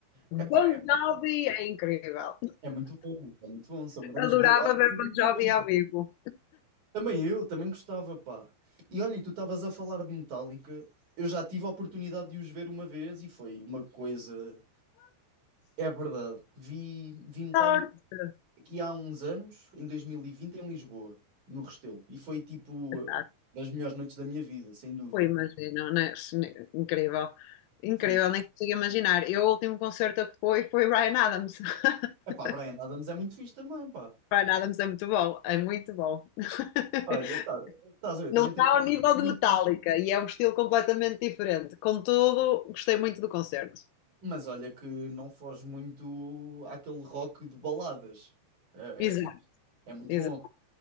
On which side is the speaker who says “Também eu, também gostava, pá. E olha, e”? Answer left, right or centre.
Right